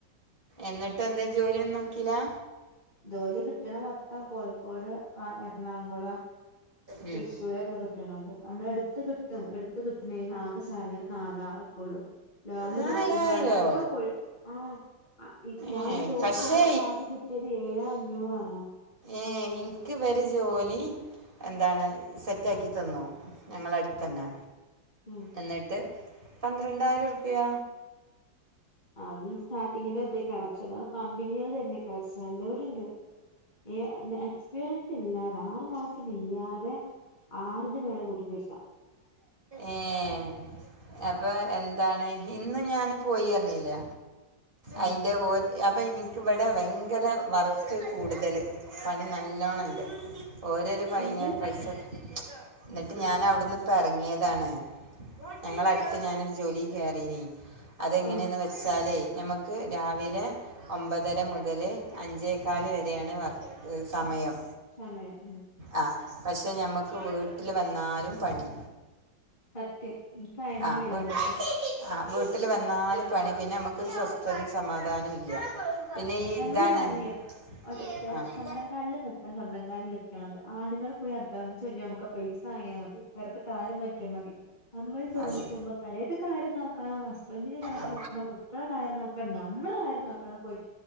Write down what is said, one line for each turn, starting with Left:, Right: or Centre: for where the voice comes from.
Right: എന്നിട്ടെന്തേ ജോലിയൊന്നും നോക്കീലാ
Left: ജോലി കിട്ടണ മൊത്തം കോഴിക്കോട് ആ എർണാംകുളം
Right: ഉം.
Left: തൃശ്ശൂരൊക്കെ കി - ട്ട്ണത്. നമ്മളെ എടുത്ത് കിട്ടും. എട്ത്ത്‌ കിട്ട്ണേന് ആകെ സാലറി നാലാറൊക്കൊള്ളൂ ലോങ്ങ്
Right: നാലായിരോ
Left: പിടിക്കുമ്പളാണ് അധികം കൊഴിക്കു ആഹ് ആ ഇ ഞാൻ
Right: ഏ
Left: ജോലി
Right: പക്ഷേ
Left: ചെയ്തപ്പൊ ആകെ കിട്ടിയത് ഏഴേ അഞ്ഞൂറാണ്
Right: ഏഹ് ഇന്ക്ക് വര് ജോലി എന്താണ് സെറ്റാക്കി തന്നു. ഞങ്ങളട്ത്തന്നെ
Left: ഉം
Right: എന്നിട്ട് പന്ത്രണ്ടായിരുർപ്പ്യ
Left: അതും സ്റ്റാർട്ടിങ്ങിന്റെ തേക്കാരം. ചെല കമ്പനികള് തെര്ന്നേക്കാരം. ചെലവര്ണ്ട് ഏ എക്സ്പീരിയൻസ് ല്ലാതെ ആറു മാസം കയ്യാതെ ആറ്ന്റെ മേലെ കൂട്ടി തര്ല്ല
Right: ഏഹ് അപ്പൊ എന്താണ് ഇന്ന് ഞാന് പോയ്യർഞീലേ
Left: ഉം
Right: അയ്ന്റെ അപ്പം ഇൻക്ക് വടെ ഭയങ്കര വർക്ക് കൂടുതല് പണി നല്ലോണണ്ട് ഓരൊരു പഴഞ്ഞ
Left: എന്ത്
Right: പൈസ ന്നട്ട് ഞാനവിടുന്ന്പ്പർങ്ങിയതാണ് ഞങ്ങളട്ത്ത് ഞാനൊരു ജോലി കേറീനീ അതെങ്ങനേന്ന്
Left: ആഹ്
Right: വെച്ചാലേയ് ഞമ്മക് ക്ക് രാവിലെ ഒമ്പതര മുതല് അഞ്ചേക്കാല് വരെയാണ് വർ സമയം
Left: സമയം ഉം
Right: ആ പക്ഷെ ഞമ്മക്ക് വീട്ടില് വന്നാലും പണി
Left: സത്യം ഇൻക്ക് അയെന്നെ
Right: ആഹ്
Left: ഒരു പിരാന്ത്
Right: വിട്
Left: പുടിച്ചും
Right: ആ വീട്ടില് വന്നാലും പണി പിന്നെമ്മക്കൊരു സ്വസ്ഥത്യും സമാധാനും ഇല്ല പിന്നെ ഈ
Left: നമ്മള്
Right: ഇതാണ്
Left: പറയും, ഒറ്റ
Right: ഇല്ല
Left: സ്വന്തം
Right: ഇല്ല
Left: കാൽല് നിക്കാ സ്വന്തം കാലിൽ നിക്- ക്കണം ന്ന്. ആണ്ങ്ങൾ പോയി അദ്വാനി ച്ച് കൊണ്ട്ര, നമുക്കാ പൈസ വാങ്ങിയാ മതി. പെരേതെ കാര്യം നോക്യാ മതി നമ്മള് ജോലിക്കുമ്പോ
Right: അതെ
Left: പെരേത്തെ കാര്യം നോക്കണം. ഹസ്ബൻഡിന്റെ കാര്യം
Right: ആ.
Left: നോക്കണം. കുട്ടികളെ കാര്യം നോക്കണം, നമ്മളെ കാര്യം നോക്കണം, പൊ -